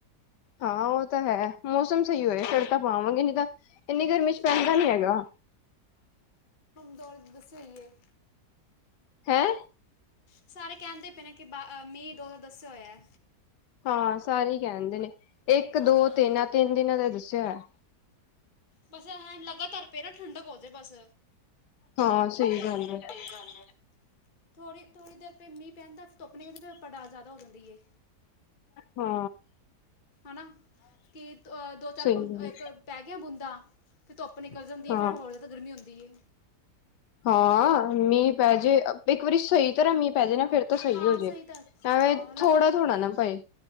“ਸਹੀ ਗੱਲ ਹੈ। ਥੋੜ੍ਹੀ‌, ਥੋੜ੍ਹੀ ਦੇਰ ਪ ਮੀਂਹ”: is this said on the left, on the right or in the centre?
Left